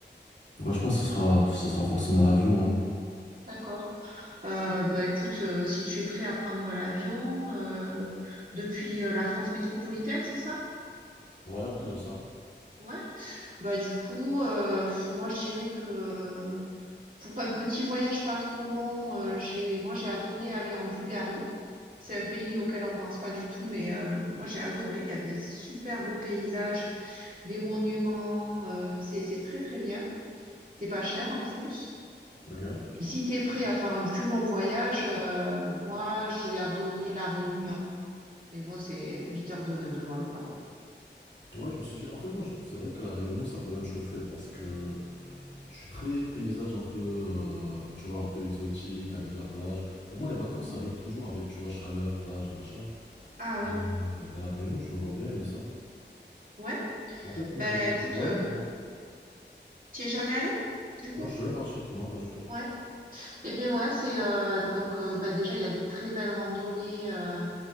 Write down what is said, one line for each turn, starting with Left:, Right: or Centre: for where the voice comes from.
Left: Ouais, je pense que ce sera, ce sera forcément l'avion, hein.
Right: D'accord. Euh, bah écoute, euh, si tu es prêt à prendre l'avion euh, depuis euh, la France métropolitaine, c'est ça?
Left: Ouais, on peut dire ça.
Right: Ouais. Bah du coup, euh, moi je dirais que Pour un petit voyage pas trop long, euh, j'ai, moi j'ai adoré aller en Bulgarie. C'est un pays auquel on pense pas du tout, mais euh, moi j'ai adoré. Il y a des super beaux paysages, des monuments. euh, c'est c'est très très bien. C'est pas cher en plus.
Left: Ok.
Right: Et si t'es prêt à faire un plus long voyage, euh, moi j'ai adoré La Réunion. Mais bon, c'est 8 heures de, de vol quoi.
Left: Ouais, je me suis dit, en fait, moi, je- c'est vrai que la Réunion, ça pourrait me chauffer parce que je suis très paysage un peu, euh, tu vois, un peu exotique avec la plage. Pour moi, les vacances,
Right: Mm.
Left: ça rime toujours avec, tu vois, chaleur, plage, machin.
Right: Ah oui,
Left: Euh, et la Réunion, je me vois bien aimer ça.
Right: ouais.
Left: Mais En fait, moi,
Right: Ben
Left: j'avais.
Right: écoute,
Left: Ouais,
Right: euh,
Left: je m'en-
Right: tu es jamais allé du coup?
Left: Non, je suis jamais parti. Non, pas du tout.
Right: Ouais. Eh bien ouais, c'est euh, donc euh, bah, déjà il y a des très belles randonnées euh,